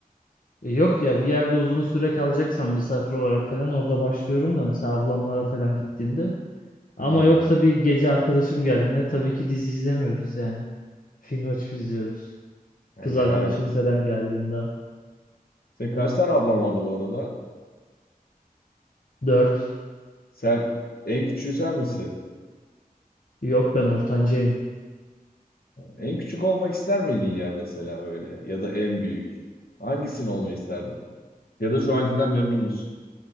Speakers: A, on the left; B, on the left.
A: E, Yok ya bir yerde uzun süre kalacaksam misafir olarak falan orada başlıyorum da mesela ablamlara falan gittiğimde. Ama
B: Hmm.
A: yoksa bir gece arkadaşım geldiğinde tabii ki dizi izlemiyoruz yani. Film açıp izliyoruz.
B: Ha,
A: Kız
B: Yani.
A: arkadaşım falan geldiğinde.
B: Senin kaç tane ablan vardı bu arada?
A: Dört.
B: Sen en küçüğü sen misin?
A: Yok ben ortancayım.
B: En küçük olmak ister miydin ya mesela böyle? Ya da en büyük. Hangisini olmayı isterdin? Ya da şu ankinden memnun musun?